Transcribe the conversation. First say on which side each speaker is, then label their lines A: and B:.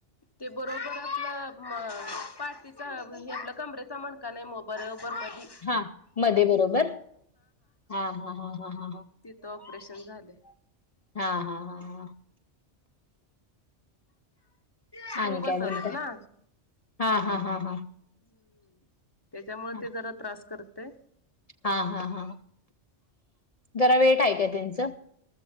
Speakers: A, on the left; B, on the left.
A: ते बरोबर आपलं पाठीचा हे आपलं कमरेचा म्हणका नाही म बरोबर मध्ये
B: हा मध्ये बरोबर, हा हा ह ह ह ह.....
A: तिथं ऑपरेशन झाले.
B: हा हा हा हा....
A: स्क्रू
B: आणि काय
A: बसवलत
B: म्हणताय
A: ना?
B: हा हा हा हा.....
A: ह् त्याच्यामुळे
B: हा
A: ते जरा त्रास करतय
B: हा हा हा, जरा वेट आहे काय त्यांचं?